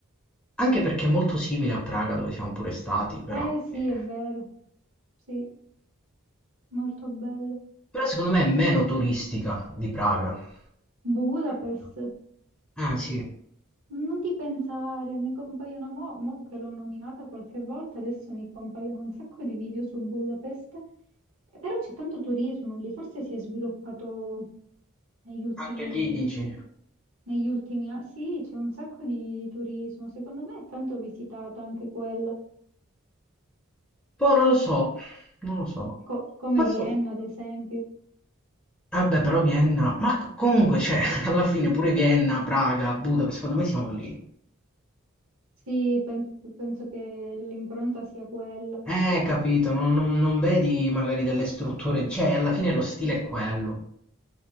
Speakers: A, in the centre; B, on the right.
A: Anche perché è molto simile a Praga dove siamo pure stati, però...
B: Eh sì,
A: eh.
B: è vero. Sì, molto bella.
A: Però secondo me è meno turistica di Praga.
B: Budapest.
A: capito? Ah sì,
B: Non ti pensare, mi compaiono mo, mo che l'ho nominata qualche volta, adesso mi compaiono un sacco di video su Budapest, Eh, però c'è tanto turismo lì, forse si è sviluppato negli ultimi,
A: anche lì dici.
B: negli ultimi anni. Sì, c'è un sacco di, di turismo, secondo me è tanto visitata anche quella,
A: Poi non lo so, non lo so.
B: Co- come
A: Forse...
B: Vienna ad esempio.
A: Vabbè, però Vienna, ma co- comunque c'è, <laughs> alla fine pure Vienna, Praga, Budapest, secondo me siamo lì.
B: Sì, penso, penso che l'impronta sia quella.
A: Eh, capito, non, non- non vedi magari delle strutture, cioè alla fine lo stile è quello.